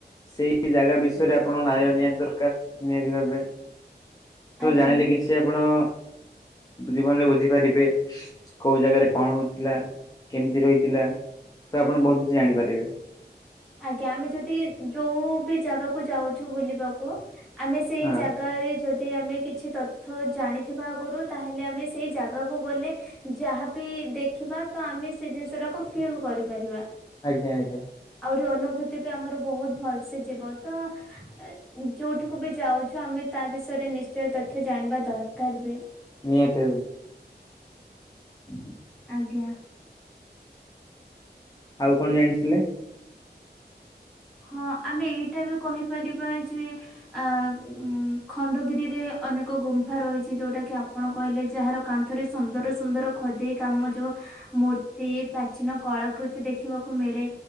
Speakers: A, on the left (about 20°); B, in the centre.
A: ସେଇ ଟି ଜାଗା ବିଷୟରେ ଆପଣ <unintelligible> ନିହାତି ଦରକାର ନିହାତି ଭାବେ। ତୁ
B: ଆଜ୍ଞା
A: ଜାଣିଲେ କିଛି ହେ ଆପଣ ଜୀବନରେ ବୁଝିପାରିବେ କୋଉ ଜାଗାରେ କଣ ହଉଥିଲା? କେମିତି ରହିଥିଲା ତ ଆପଣ ବହୁତ କିଛି ଜାଣିପାରିବେ।
B: ଆଜ୍ଞା ଆମେ ଯଦି ଯୋଉ ବି ଜାଗାକୁ ଯାଉଛୁ ବୁଲିବାକୁ ଆମେ ସେଇ
A: ହଁ
B: ଜାଗାରେ ଯଦି ଦି ଆମେ କିଛି ତଥ୍ୟ ଜାଣିଥିବା ଆଗରୁ ତାହେଲେ ଆମେ ସେଇ ଜାଗାକୁ ଗଲେ ଯାହା ବି ଦେଖିବା ତ ଆମେ ସେ ଜିନିଷ ଟାକୁ ଫିଲ୍ କରିପାରିବା।
A: ଆଜ୍ଞା ଆଜ୍ଞା।
B: ଆହୁରି ଅନୁଭୂତି ବି ଆମର ବହୁତ ଭଲସେ ଯିବ ତ। ଅ ଯୋଉଠିକୁ ବି ଯାଉଛୁ ଆମେ ତା ବିଷୟରେ ନିଶ୍ଚୟ ତଥ୍ୟ ଜାଣିବା ଦରକାର ବି।
A: ନିହାତି <unintelligible>
B: ଆଜ୍ଞା।
A: ଆଉ କଣ ଜାଣିଥିଲେ?
B: ହଁ ଆମେ ଏଇଟା ବି କହିପାରିବା ଯେ ଅ ଉଁ ଖଣ୍ଡଗିରିରେ ଅନେକ ଗୁମ୍ଫା ରହିଛି ଯଉଟାକି ଆପଣ କହିଲେ ଯାହାର କାନ୍ଥରେ ସୁନ୍ଦର ସୁନ୍ଦର ଖଦେଇ କାମ ଯଉ ମୂର୍ତ୍ତି ପ୍ରାଚୀନ କଳାକୃତି ଦେଖିବାକୁ ମିଳେ